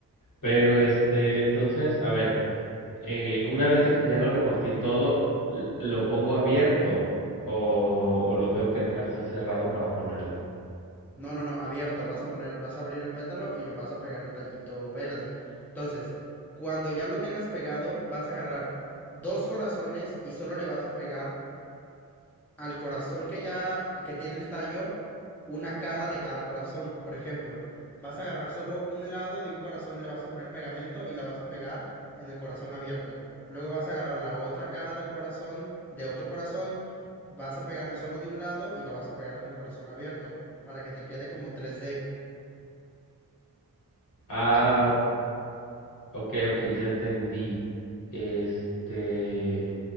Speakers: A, on the left; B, in the centre.
A: pero este, entonces, a ver, eh, una vez de que ya lo recorté y todo, l- ¿lo pongo abierto o, o lo tengo que dejar así cerrado para ponerla?
B: No, no, no, abierto. Vas a poner, vas a abrir el pétalo y vas a pegar el tallito verde. Entonces, cuando ya lo tengas pegado, vas a agarrar dos corazones y solo le vas a pegar al corazón que ya que tiene el tallo una cara de cada corazón. Por ejemplo, vas a agarrar solo un lado de un corazón, le vas a poner pegamento y la vas a pegar en el corazón abierto. Luego vas a agarrar la otra cara del corazón, de otro corazón, vas a pegarle solo de un lado y lo vas a pegar en el corazón abierto para que te quede como tres d
A: Ah, ok, ok, ya entendí. Este...